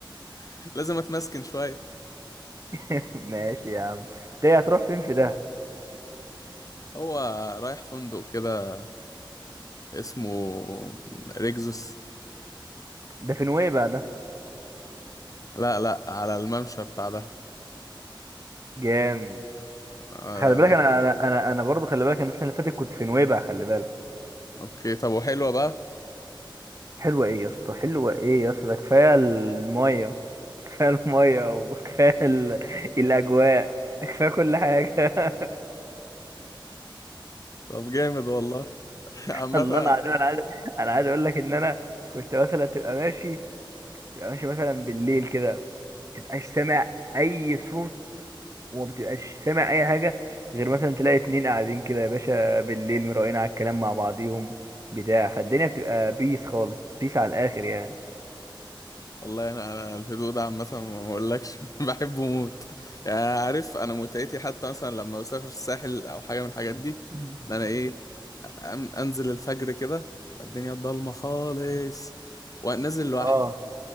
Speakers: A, on the left; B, on the right.
A: <laughs> لازم اتمسكن شويه
B: <laughs> ماشي يا عم انت إيه هتروح فين في ده
A: هو رايح فندق كده اسمه ريكزوس
B: ده في نويبع ده
A: لا لا على الممشى بتاع ده
B: جامد
A: آه.
B: خلي بالك انا انا انا, أنا برضه خلي بالك انا السنه اللي فاتت كنت في نويبع خلي بالك
A: اوكي طب وحلوة بقى
B: حلوة ايه يا اسطى حلوة ايه يا اسطى ده كفاية المية كفاية المية <laughs> وكفاية ال... الأجواء كفاية كل حاجة <laughs>
A: طب جامد والله <laughs> عامة
B: الله العظيم أنا عايز أنا عايز أقول لك إن أنا كنت مثلا تبقى ماشي تبقى ماشي مثلا بالليل كده متبقاش سامع أي صوت وما بتبقاش سامع أي حاجة غير مثلا تلاقي اتنين قاعدين كده يا باشا بالليل مراقين على الكلام مع بعضيهم بتاع فالدنيا بتبقى بيس خالص بيس على الآخر يعني
A: والله انا انا الهدوء ده عامة ما اقولكش <laughs> بحبه موت يعني عارف انا متعتي حتى مثلا لما بسافر الساحل او حاجة من الحاجات دي
B: مم.
A: ان انا ايه أم- انزل الفجر كده تبقى الدنيا ضلمة خالص وانزل لوحدي
B: اه